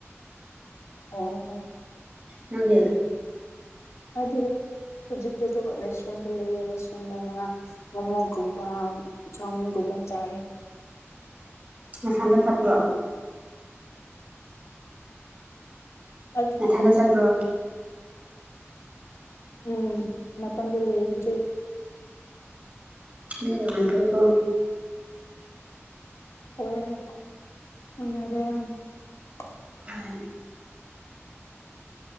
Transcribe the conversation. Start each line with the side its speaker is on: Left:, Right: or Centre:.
Left: ꯎꯝ ꯎꯝ
Right: ꯀꯔꯤ
Left: ꯑꯗꯨ ꯍꯧꯖꯤꯛꯇꯤ ꯑꯗꯨꯒ ꯔꯦꯁꯇ꯭ꯔꯨꯌꯦꯟꯗ ꯂꯩꯌꯦ ꯔꯦꯁꯇ꯭ꯔꯨꯌꯦꯟꯗꯅ ꯃꯣꯃꯣꯒꯨꯝꯕ ꯆꯥꯎꯃꯤꯟ <unintelligible> ꯆꯥꯏꯑꯦ
Right: ꯅꯊꯟꯗ ꯆꯠꯄ꯭ꯔꯣ
Left: ꯑꯩꯒꯤ
Right: ꯅꯊꯟꯗ
Left: ꯈꯛꯇꯅꯤ
Right: ꯆꯠꯄ꯭ꯔꯣ
Left: ꯎꯝ ꯃꯄꯟꯗ ꯂꯩꯌꯦ ꯍꯧꯖꯤꯛ
Right: ꯃꯤꯅ ꯅꯨꯡꯉꯥꯏ ꯈ꯭ꯔꯦꯀꯣ
Left: <unintelligible>
Right: ꯑꯦꯟ